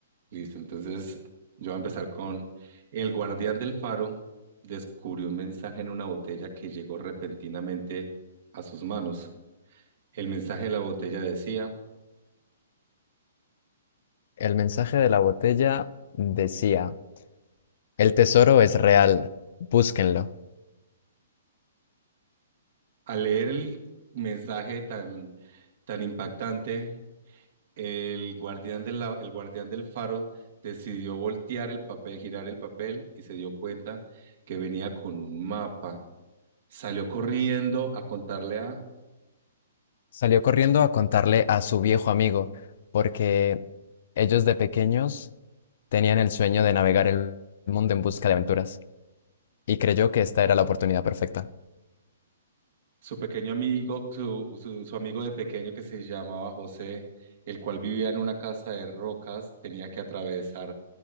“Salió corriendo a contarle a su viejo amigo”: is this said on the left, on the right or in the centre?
Left